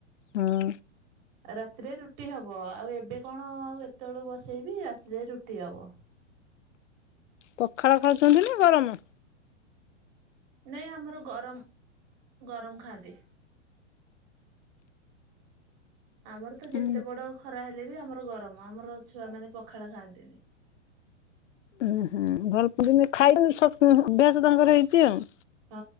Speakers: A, on the left; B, on the right.
A: ହଁ।
B: ରାତିରେ ରୁଟି ହବ ଆଉ ଏବେ କଣ ଆଉ ଏତେବେଳୁ ବସେଇବି ରାତିରେ ରୁଟି ହବ।
A: ପଖାଳ ଖାଉଛନ୍ତି ନା ଗରମ?
B: ନାଇଁ ଆମର ଗରମ୍ ଗରମ୍ ଖାଆନ୍ତି। ଆମର ତ ଯେତେ
A: ଉଁ
B: ବଡ଼ ଖରା ହେଲେ ବି ଆମର ଗରମ ଆମର ଛୁଆ ମାନେ ପଖାଳ ଖାଆନ୍ତିନି।
A: ଉଁ ହୁଁ ଭଲ ପୁଡୁନି ଖାଇନି ଅଭ୍ୟାସ ତାଙ୍କର ହେଇଛି ଆଉ।
B: ହଁ